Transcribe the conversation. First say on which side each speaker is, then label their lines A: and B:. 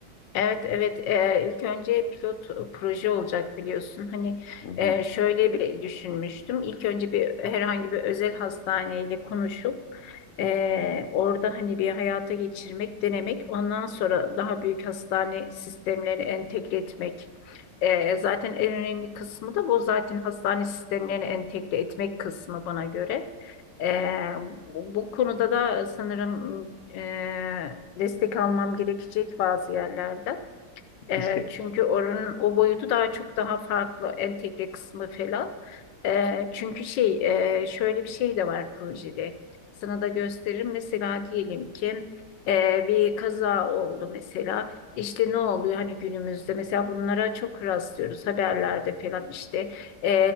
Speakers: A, on the left; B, on the left.
A: Evet, evet. Eee, ilk önce pilot proje olacak biliyorsun. Hani
B: Hı hı.
A: eee, şöyle bir düşünmüştüm. İlk önce bir herhangi bir özel hastaneyle konuşup eee, orada hani bir hayata geçirmek, denemek. Ondan sonra daha büyük hastane sistemlerini entegre etmek. Eee, zaten en önemli kısmı da bu zaten hastane sistemlerini entegre etmek kısmı bana göre. Eee, bu, bu konuda da sanırım eee, destek almam gerekecek bazı yerlerden. E,
B: Bu şey
A: çünkü oranın o boyutu daha çok daha farklı entegre kısmı falan. E, çünkü şey e, şöyle bir şey de var projede. Sana da gösteririm. Mesela diyelim ki e, bir kaza oldu mesela. İşte ne oluyor hani günümüzde mesela bunlara çok rastlıyoruz haberlerde falan işte E,